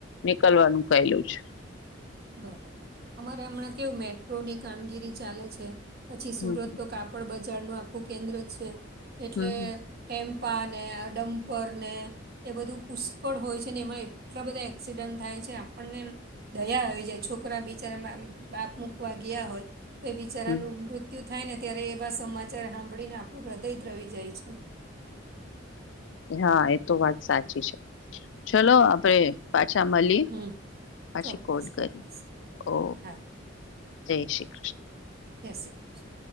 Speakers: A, on the left; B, on the right.
A: નીકળવાનું કહેલું છે.
B: બરાબર અમારે હમણાં કેવું મેટ્રોની કામગીરી ચાલે છે પછી સુરત
A: હમ
B: તો કા પડ બજારનું આખું કેન્દ્ર છે એટલે
A: હમ
B: ટેમ્પા ને આ ડમ્પર ને એ બધું પુષ્કળ હોય છે ને એમાં એટલા બધા એક્સિડન્ટ થાય છે આપણને દયા આવી જાય છોકરા બિચારા બાપ મુકવા ગયા હોય તો એ બિચારાનું
A: હમ
B: મૃત્યુ થાય ને ત્યારે એવા સમાચાર સાંભળીને આપણું હૃદય દ્રવી જાય છે.
A: હા
B: હમ
A: એ તો વાત સાચી છે. ચલો આપડે પાછા મલીએ
B: હમ,
A: પછી
B: ચોક્કસ
A: કોલ કરીએ
B: ચોક્કસ
A: ઓ
B: હા જય
A: જય શ્રી કૃષ્ણ
B: જય શ્રી કૃષ્ણ.